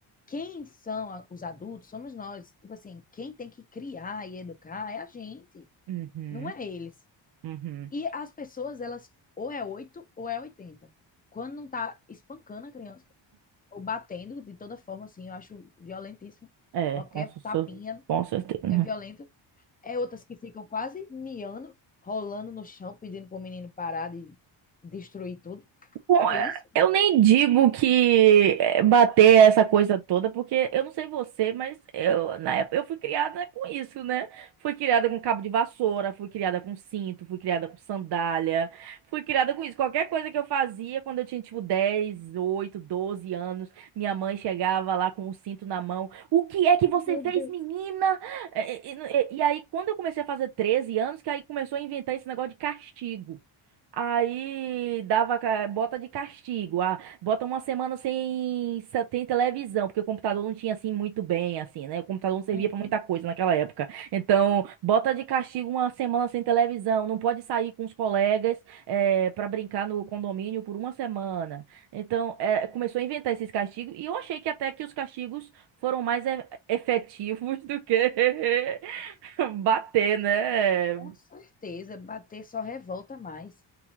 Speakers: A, on the left; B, on the right.
A: Quem são a- os adultos somos nós. Tipo assim, quem tem que criar e educar é a gente,
B: Uhum,
A: não é eles.
B: uhum.
A: E as pessoas, elas ou é 8 ou é 80. Quando não tá espancando a criança, ou batendo de toda forma, assim, eu acho violentíssimo.
B: É,
A: Qualquer
B: com, cer-
A: tapinha
B: com certeza.
A: é violento. É outras que ficam quase miando, rolando no chão, pedindo pro menino parar de destruir tudo.
B: Bom,
A: Que é
B: é,
A: isso?
B: eu nem digo que é, bater essa coisa toda, porque eu não sei você, mas eu na época eu fui criada com isso, né? Fui criada com cabo de vassoura, fui criada com cinto, fui criada com sandália, fui criada com isso. Qualquer coisa que eu fazia quando eu tinha tipo 10, 8, 12 anos, minha mãe chegava lá com o cinto na mão. O que é que você
A: Meu
B: fez,
A: Deus.
B: menina? É, é, é, E, e aí quando eu comecei a fazer 13 anos, que aí começou a inventar esse negócio de castigo. Aí dava, ca- bota de castigo, ah, bota uma semana sem, se- sem televisão, porque o computador não tinha assim muito bem, assim, né? O computador não servia
A: Uhum.
B: pra muita coisa naquela época. Então, bota de castigo uma semana sem televisão, não pode sair com os colegas eh, pra brincar no condomínio por uma semana. Então, eh, começou a inventar esses castigos e eu achei que até que os castigos foram mais e- efetivos do que <laughs> bater, né?
A: Com certeza, bater só revolta mais.